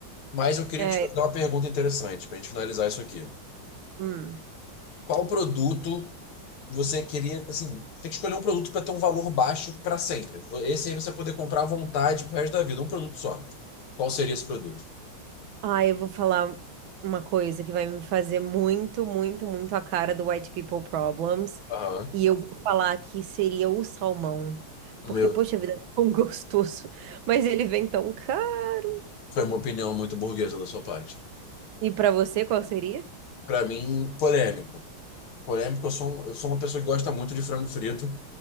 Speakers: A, on the left; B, on the right.
A: Mas eu queria
B: É,
A: te fazer
B: é,
A: uma pergunta interessante para a gente finalizar isso aqui.
B: hum.
A: Qual produto você queria, assim, tem que escolher um produto para ter um valor baixo para sempre. Esse aí você vai poder comprar à vontade pro resto da vida, um produto só. Qual seria esse produto?
B: Ah, eu vou falar uma coisa que vai me fazer muito, muito, muito a cara do White People Problems.
A: Aham.
B: E eu vou falar que seria o salmão.
A: Meu,
B: Porque, poxa vida, <laughs> é tão gostoso. Mas ele vem tão caro.
A: foi uma opinião muito burguesa da sua parte.
B: E pra você, qual seria?
A: Para mim, polêmico. Polêmico, eu sou, um- eu sou uma pessoa que gosta muito de frango frito